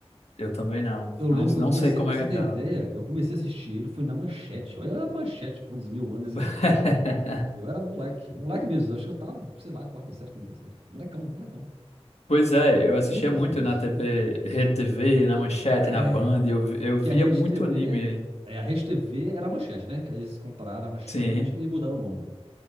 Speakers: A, on the left; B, on the right.
A: Eu também não.
B: Eu lembro
A: Não,
B: que
A: não
B: eu comecei,
A: sei como
B: pra
A: é
B: você
A: que
B: ter ideia,
A: acaba.
B: eu comecei a assistir ele, foi na Manchete. Olha a Manchete, quantos mil anos existia,
A: <laughs>
B: hein? Eu era moleque, moleque mesmo, acho que eu tava, sei lá, quarta série, quinta série. Molecão, molecão.
A: Pois é, eu assistia
B: Muitos
A: muito
B: anos.
A: na TV, Rede TV, na Manchete,
B: É,
A: na Band, eu, vi- eu via
B: que a Rede
A: muito
B: TV,
A: anime aí.
B: é, a Rede TV era a Manchete, né? Aí Eles compraram a Manchete
A: Sim.
B: e mudaram o nome.